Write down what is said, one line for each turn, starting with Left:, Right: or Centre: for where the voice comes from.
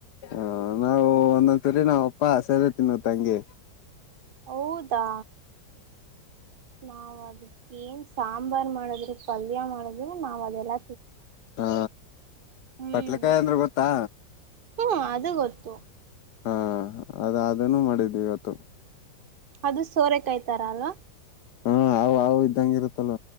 Left: ಹ ನಾವು ಒಂದೊಂದ್ ಸರಿ ನಾವ್ ಅಪ್ಪ ಸೇರಿ ತಿನ್ನುವು ತಂಗಗೆ
Right: ಹೌದಾ ನಾವ ಅದ್ ಏನ್ ಸಾಂಬಾರ್ ಮಾಡದ್ರು ಪಲ್ಯ ಮಾಡದ್ರು ನಾವ್ ಅದೆಲ್ಲ
Left: ಹಾ
Right: ಹ್ಮ್
Left: ಬಟ್ಲಕಾಯಿ ಅಂದ್ರೆ ಗೊತ್ತಾ
Right: ಹ್ಮ್ ಅದು ಗೊತ್ತು
Left: ಹಾ ಅದ ಅದನ್ನು ಮಾಡಿದ್ವಿ ಇವತ್ತು
Right: ಅದು ಸೋರೆ ಕಾಯ್ತಾರ ಅಲ್ವಾ
Left: ಹಾ ಅ ಅ ಇದ್ದಂಗ ಇರುತ್ತಲ್ಲ